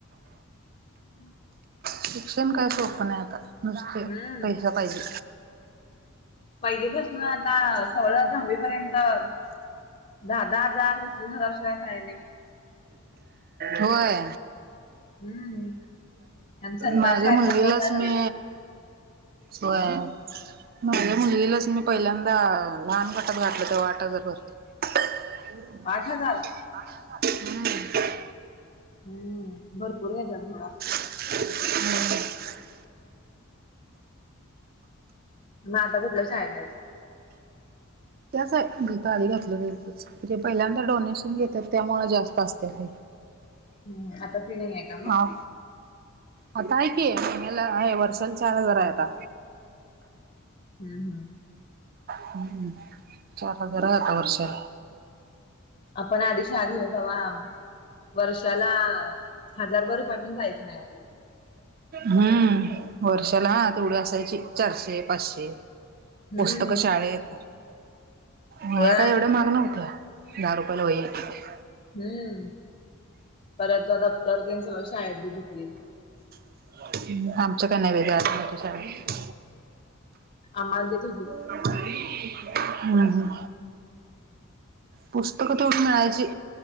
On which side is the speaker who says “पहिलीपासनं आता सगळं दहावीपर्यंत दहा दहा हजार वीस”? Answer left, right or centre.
Left